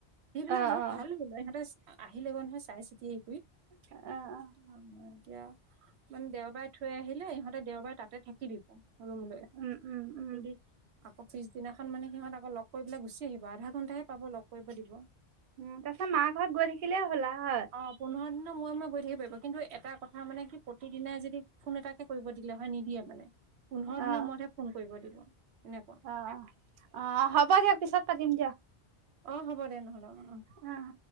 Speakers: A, on the right (about 80°); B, on the right (about 60°).
A: সেইবিলাক
B: অ
A: বহুত
B: অ
A: ভাল বোলে। সিহঁতে আহিলে নহয় চাই চিতি হেৰি কৰি।
B: অ' অ'
A: অ' এতিয়া, মানে, দেওবাৰে থৈ আহিলে সিহঁতে দেওবাৰে তাতে থাকি দিবা ৰুম লৈ।
B: উম উম
A: তাকে
B: উম
A: দি, আকৌ' পিছদিনাখন মানে সিহঁত আকৌ লগ পেলাই গুচি আহিব আধা ঘণ্টাাহে পাব লগ কৰিব দিব।
B: উম তাৰ পিছত মাহ হত গৈ থাকিলে হ'ল হয়।
A: অ' পোন্ধৰ দিনৰ মূৰে- মূৰে গৈ থাকিব পাৰিব কিন্তু এটা কথা মানে, কি প্ৰতিদিদিনাই যদি ফোন এটাকে কৰিব দিলে হয় নিদিয়ে মানে। পোন্ধৰ দিনৰ
B: অ অ
A: মূৰতহে ফোন কৰিব দিব এনেকুৱা।
B: অ' অ হব দিয়ক পিছত পাতিম দিয়ক।
A: অ' হ'ব দে নহ'লে অ'
B: উম।